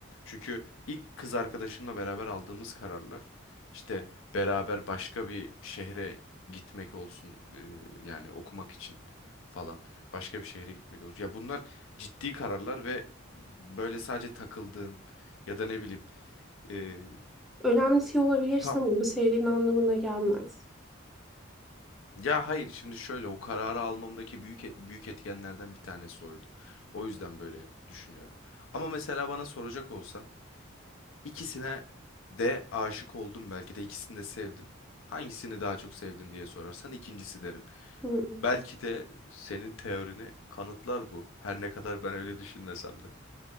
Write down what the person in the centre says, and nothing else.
Önemsiyor olabilirsin
ama bu sevdiğin anlamına gelmez.
Hı.